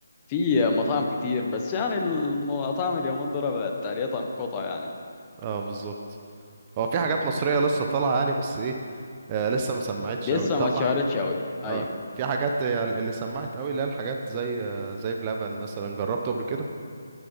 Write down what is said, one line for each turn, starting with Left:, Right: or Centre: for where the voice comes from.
Left: في مطاعم كتير بس يعني المطاعم اليومين دول بقت تقريبا مقاطعة يعني
Right: اه بالظبط هو في حاجات مصرية لسه طالعة يعني بس ايه آه لسه ما سمعتش
Left: لسه
Right: أوي طبعا
Left: ما اتشهرتش أوي أيوه
Right: اه في حاجات هي ال- اللي سمعت أوي اللي هي الحاجات زي آه، زي بلبن مثلا جربته قبل كده؟